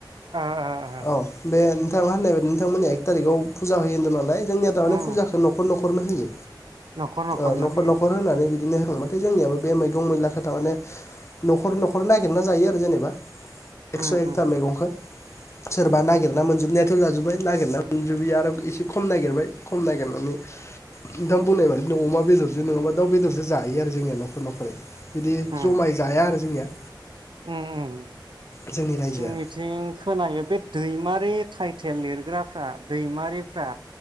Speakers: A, on the right; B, on the left.
A: आ आ आ
B: औ बे नोंथा होननाय बायदि नोंथांमोननिया एक थारिखआव फुजा होयो होनदों नालाय जोंनिया दानो
A: उम
B: फुजाखौ न'खर नखर हरनो होयो।
A: न'खर न'खरनो
B: ओ न'खर
A: होयो
B: न'खर होनानै बिदिनो होखांबाथाय जोंनियाबो। बे मैगं मैलाखौ थारमाने न'खर न'खर नायग गिरना जायो आरो जेनेबा। एकस'
A: उम
B: एकटा
A: उम
B: मेगंखौ। सोरबा नागिरना मोनजुबनायाथ' जाजोब्बाय नागिरना मोनजुबि आरो एसे खम नागिरबाय खम नागिरनानै नोंथां बुंनाय बादिनो अमा बेदरजों नङाबा दाउ बेदरजों जायो आरो जोंनिया न'खर न'खरै। बिदि
A: उम
B: जमाय जाया आरो जोंनिया।
A: <unintelligible>
B: जोंनि रायजोआ
A: जोंनिथिं खोनायो बे दैमारि टाइटेल लिरग्राफ्रा दैमारिफ्रा